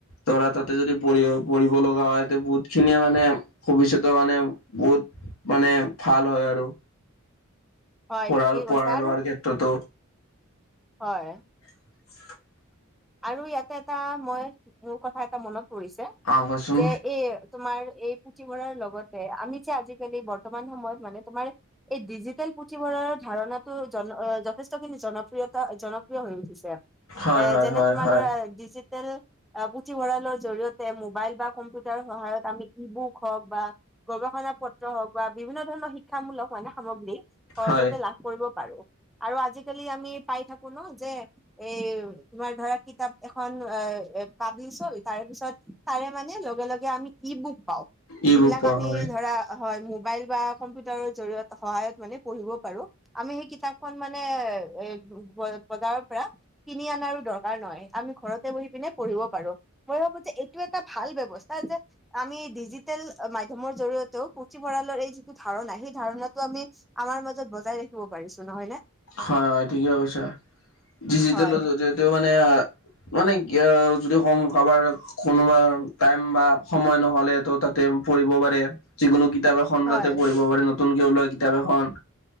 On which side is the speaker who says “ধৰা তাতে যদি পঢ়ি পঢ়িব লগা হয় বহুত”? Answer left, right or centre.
Left